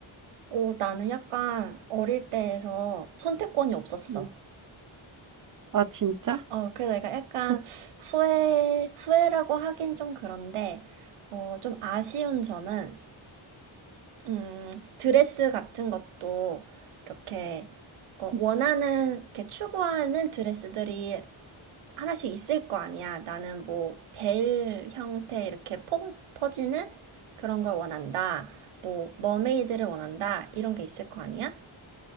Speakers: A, on the right (about 80°); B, on the right (about 40°).
A: 오, 나는 약간 어릴 때에서 선택권이 없었어.
B: 음. 아 진짜?
A: 어, 그래서 내가 약간
B: 음,
A: 후회, 후회라고 하긴 좀 그런데, 어, 좀 아쉬운 점은, 음, 드레스 같은 것도 이렇게, 어,
B: 음.
A: 원하는, 이렇게 추구하는 드레스들이 하나씩 있을 거 아니야. 나는 뭐, 벨 형태 이렇게 퐁 퍼지는 그런 걸 원한다. 뭐, 머메이드를 원한다. 이런 게 있을 거 아니야?